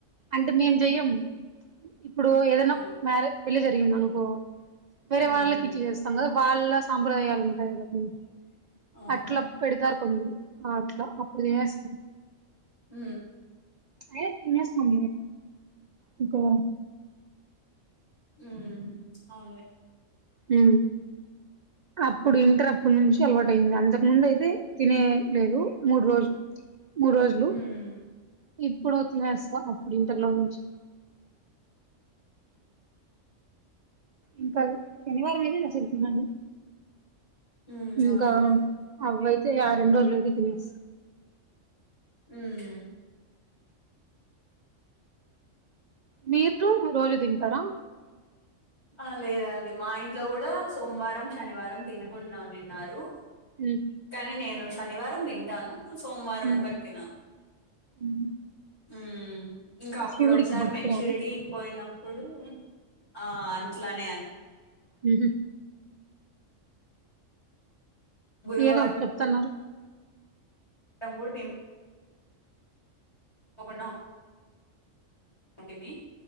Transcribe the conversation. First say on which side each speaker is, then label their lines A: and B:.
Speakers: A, on the right; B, on the left.
A: అంటే మేం చెయ్యం ఇప్పుడు ఏదైనా
B: ఆ
A: మ్యారే పెళ్లి జరిగింది అనుకో వేరే
B: ఉమ్
A: వాళ్ళకి ఇచ్చి చేస్తాం కదా వాళ్ళ సాంప్రదాయాలు ఉంటాయి కదా కొన్ని
B: ఓహో
A: అట్లా పెడతారు కొందరు అట్లా అప్పుడు తినేస్తాం
B: ఊ
A: అయినా తినేస్తాం ఇంకో
B: ఉ అవున్ లే
A: ఊ అప్పుడు ఇంటర్ అప్పుడు నుంచి అలవాటు అయింది అంతకు ముందు అయితే తినేలేదు మూడు రోజులు మూడు రోజులు
B: హ్మ్
A: ఇప్పుడు తినేస్తా అప్పుడు ఇంటర్లో నుంచి ఇంకా శనివారం అయితే ఇది అసలు తినను
B: హ్మ్
A: ఇంకా
B: అవునులేండి
A: అవ్వయితే ఆ రెండు రోజులు ఐతే తినేస్తా
B: ఉమ్
A: మీరు రోజు తింటారా
B: ఆ లేదండి మా ఇంట్లో కూడా సోమవారం శనివారం తినకుండా ఉండినిన్నారు
A: ఊ
B: కానీ నేను శనివారం తింటాను సోమవారం
A: ఉమ్
B: ఒకటి తిన
A: ఉమ్
B: ఉ ఇంకా అప్పుడు
A: శివుడికి
B: ఒకసారి
A: భక్తురాలా
B: మేం షిరిడి పోయినప్పుడు ఆ అట్లానే
A: ఉ
B: గురువారం
A: ఏదో చెప్తున్నారు
B: అన్నం కూడా తిన ఒక నా అటిమి